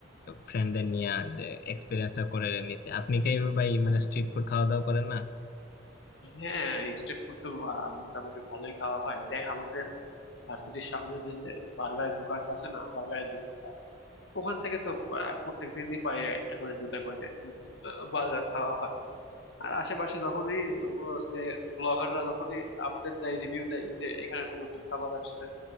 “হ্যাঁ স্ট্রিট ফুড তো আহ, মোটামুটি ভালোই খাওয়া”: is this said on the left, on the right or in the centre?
Left